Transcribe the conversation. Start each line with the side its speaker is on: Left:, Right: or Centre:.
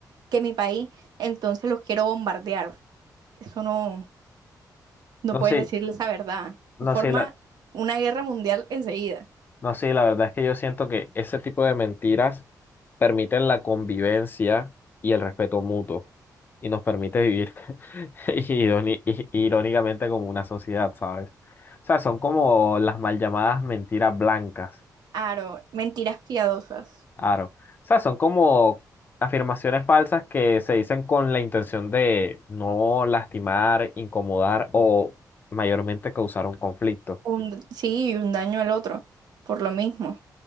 Right: que mi país, entonces los quiero bombardear. Eso no, no
Left: No,
Right: puedes
Left: sí,
Right: decirles la verdad.
Left: no,
Right: Forma
Left: sé
Right: una guerra mundial enseguida.
Left: No, sí, la verdad es que yo siento que ese tipo de mentiras permiten la convivencia y el respeto mutuo y nos permite vivir <laughs> iróni- i- irónicamente como una sociedad, ¿sabes? O sea, son como las mal llamadas mentiras blancas,
Right: Aro, mentiras piadosas.
Left: claro. O sea, son como afirmaciones falsas que se dicen con la intención de no lastimar, incomodar o mayormente causar un conflicto.
Right: Un, sí, y un daño al otro, por lo mismo.